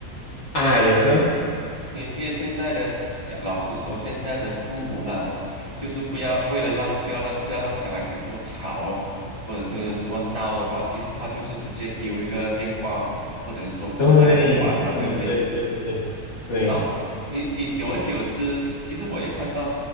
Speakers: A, on the left (about 55°); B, on the right (about 25°).
A: 啊，也是。
B: 因为因为现在的小，老实说，现在的父母呢，就是不要为了让不要让不要让小孩子这么吵，或者是这么闹的话，其实他就是直接丢一个电话或者是手机给他去玩嘛，
A: 对
B: 对不对？
A: 对对对对对
B: 然后你你久而久之，其实我也看到，